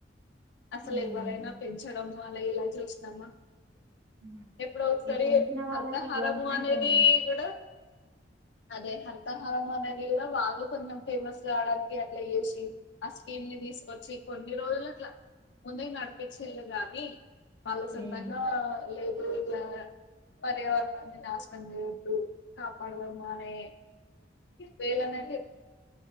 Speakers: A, on the left; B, on the right.
A: అసలు
B: హ్మ్
A: ఎవరైనా పెంచడము అలా ఎలా జూసినామా
B: హ్మ్.
A: ఎప్పుడో ఒకసారి
B: ఈ పెంచిన వాళ్ళకి
A: హర్తహారము
B: గవర్నమెంట్
A: అనేది
B: ఏమైనా
A: కూడ అదే హర్తాహారం అనేది కూడా వాళ్ళు కొంచెం ఫేమస్ కావడానికి అట్లా చేసి ఆ స్కీమ్ ని తీసుకొచ్చి కొన్ని రోజులు అట్లా ముందుకి నడిపిచ్చిళ్ళుు గాని వాళ్ళు
B: హ్మ్
A: సొంతగా లేద్ దూర్లా పర్యావరనాన్నీ నాశనం చేయొద్దు కాపాడుదము అనే వేలనే